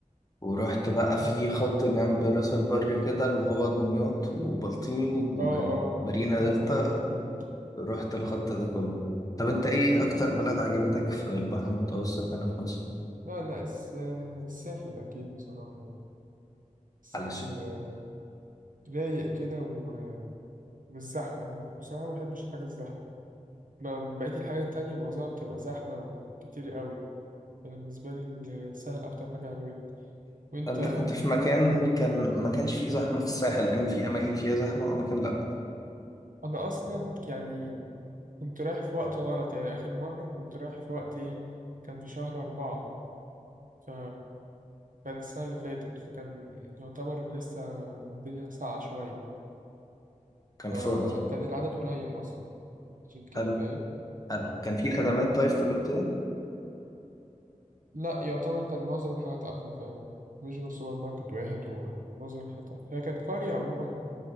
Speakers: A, on the left; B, on the right.
A: ورحت بقى في
B: مم.
A: خط جنب راس البر كده اللي هو دمياط وبلطيم ومارينا
B: اه اه رحتها
A: دلتا
B: برضه دمياط دي
A: رحت
B: مم.
A: الخط ده كله طب انت ايه
B: ايوه
A: اكتر بلد عجبتك في البحر المتوسط هنا في مصر
B: لا لا الس... الساحل اكيد بصراحة يعني الساحل
A: علشان
B: رايق كده و- ومش زحمة أنا بصراحة ما بحبش الحاجة الزحمة ب- بقية الحاجات التانية معظمها بتبقى زحمة وكتير قوي أنا بالنسبة لي السهل أكتر حاجة عجبتني وأنت
A: انت كنت في مكان كان ما كانش فيه زحمه في الساحل لان في اماكن فيها زحمه واماكن لا
B: أنا أصلا يعني كنت رايح في وقت غلط يعني آخر مرة كنت رايح في وقت إيه كان في شهر أربعة ف كان السنة اللي فاتت فكان يعتبر لسه الدنيا ساقعة شوية
A: كان
B: فكان
A: فاضي
B: العدد قليل أصلا عشان كده
A: حلو
B: فاهم
A: حلو كان في خدمات طيب في الوقت ده
B: لا يعتبر كان معظم الحاجات قافلة فعلا مش غير سوبر ماركت واحد ومعظم الحاجات قافلة هي كانت قرية عموما